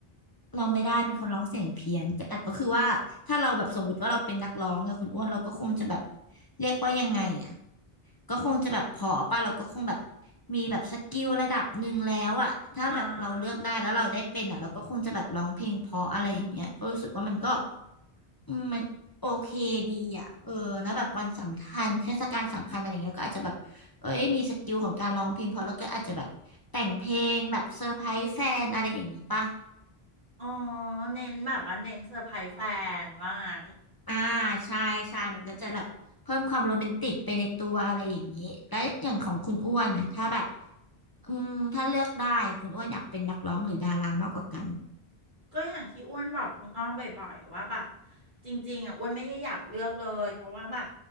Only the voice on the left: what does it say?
ร้องไม่ได้เป็นคนร้องเสียงเพี้ยนแต่แต่ก็คือว่าถ้าเราแบบสมมุติว่าเราเป็นนักร้องอะคุณอ้วนเราก็คงจะแบบเรียกว่ายังไงอะก็คงจะแบบพอป่ะเราก็คงแบบมีแบบสกิลระดับหนึ่งแล้วอะถ้าแบบเราเลือกได้แล้วเราได้เป็นอะเราก็คงจะแบบร้องเพลงเพราะอะไรอย่างเงี้ยก็รู้สึกว่ามันก็
อืมมันโอเคดีอะเออแล้วแบบวันสำคัญเทศกาลสำคัญอะไรเงี้ยก็อาจจะแบบเอ้ยมีสกิลของการร้องเพลงพอแล้วก็อาจจะแบบแต่งเพลงแบบเซอร์ไพรส์แฟนอะไรอย่างนี้ป่ะ
อ่าใช่ใช่มันก็จะแบบเพิ่มความโรแมนติกไปในตัวอะไรอย่างนี้แล้วอย่างของคุณอ้วนนะถ้าแบบอืมถ้าเลือกได้คุณอ้วนอยากเป็นนักร้องหรือดารามากกว่ากัน